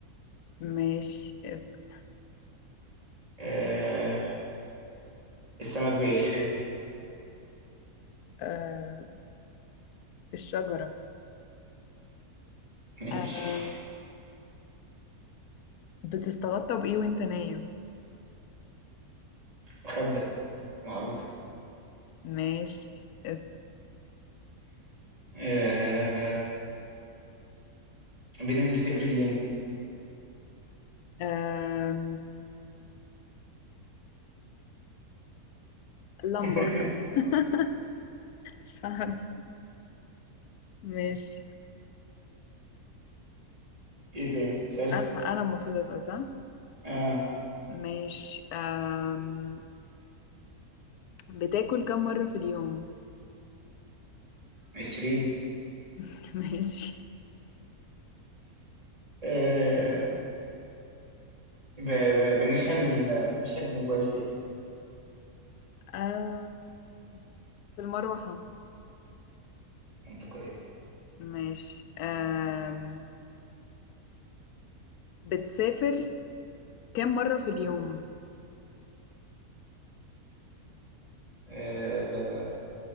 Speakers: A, on the left; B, on the right.
A: ماشي اسأل
B: آه السمك بيعيش فين
A: آه الشجرة
B: ماشي
A: آه
B: <laughs>
A: بتستغطى بإيه وانت نايم
B: مخدة معروف
A: ماشي اسأل
B: آه بنلبس ايه في رجلينا
A: آه لمبة
B: <laughs>
A: <laughs> مش عارفة ماشي
B: ايه تاني سأل
A: أنا أنا المفروض أسأل صح؟
B: اه
A: ماشي أم... بتاكل كم مرة في اليوم؟
B: عشرين
A: <laughs> ماشي
B: آه ب... ب... بنشحن ال... بنشحن الموبايل فين
A: أم... في المروحة
B: منطقية
A: ماشي أم... بتسافر كم مرة في اليوم؟
B: آه ب...